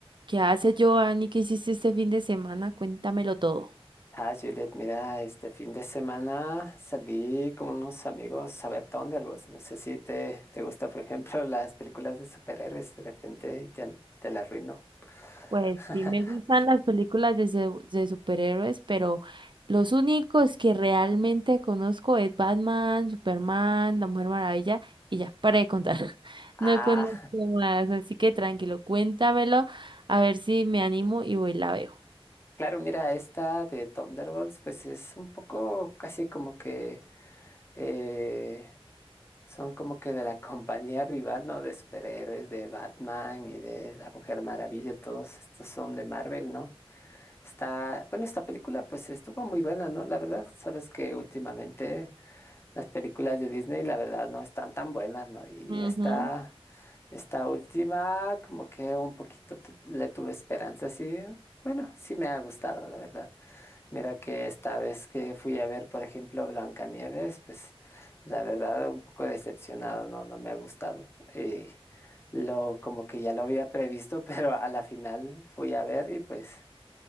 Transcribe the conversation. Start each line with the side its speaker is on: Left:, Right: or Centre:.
Right: ¿Qué hace Giovanni? ¿Qué hiciste este fin de semana? Cuéntamelo todo.
Left: Ah, Juliet, mira, este fin de semana salí con unos amigos a ver Thunderbolts. No sé si te, te gusta, por ejemplo, <laughs> las películas de superhéroes de repente y te, te la arruino.
Right: Pues
Left: <laughs>
Right: sí me gustan las películas de, su- de superhéroes, pero los únicos que realmente conozco es Batman, Superman, La Mujer Maravilla y ya, para de contar. <laughs>
Left: Ah,
Right: No conozco más, así que tranquilo, cuéntamelo, a ver si me animo y voy y la veo.
Left: claro, mira, esta de Thunderbolts, pues es un poco casi como que eh, son como que de la <laughs> compañía rival, ¿no? De superhéroes, de Batman y de la Mujer Maravilla, todos estos son de Marvel, ¿no? Está, bueno, esta película pues estuvo muy buena, ¿no? La verdad, sabes que últimamente las películas de Disney, la verdad, no están tan buenas, ¿no? Y
Right: Ujú.
Left: esta, esta última, como que un poquito te- le tuve esperanza, sí. Bueno, sí me ha gustado, la verdad. Mira que esta vez que fui a ver, por ejemplo, Blancanieves, pues la verdad, un poco decepcionado, ¿no? No me ha gustado. Y lo, como que ya lo había previsto, <laughs> pero a la final fui a ver y pues